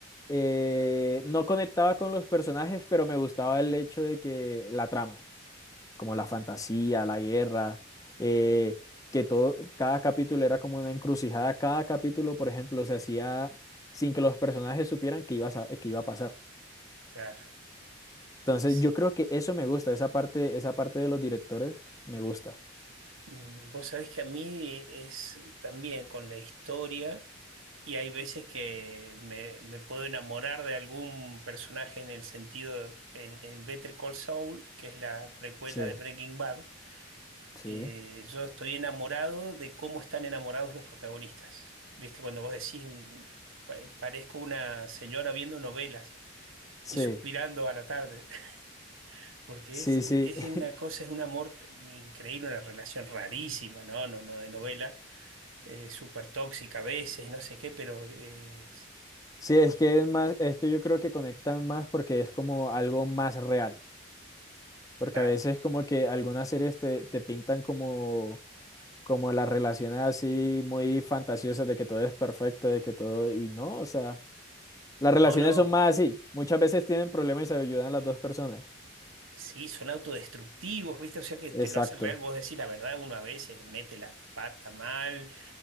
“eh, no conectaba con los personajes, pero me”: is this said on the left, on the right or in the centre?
Left